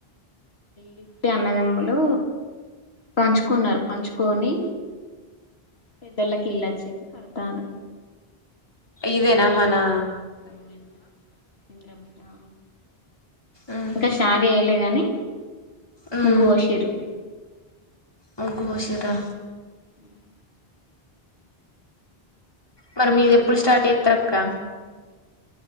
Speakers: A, on the left; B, on the left.
A: లేపి అన్నదమ్ములు పంచుకున్నారు పంచుకొని పెద్దోళ్ళకి ఇల్లు వచ్చింది కడతార్రు
B: ఇదేనా మనా
A: ంద <unintelligible> ఇందిరమ్మ ఇళ్లా
B: ఉహు
A: ఇంకా షార్ట్ చెయ్యలేగాని
B: ఉమ్
A: ముగ్గు బోషిరు
B: ముగ్గు బోషిరా
A: ఉ <inaudible>
B: మరి మీది ఎప్పుడు స్టార్ట్ జేస్తారక్క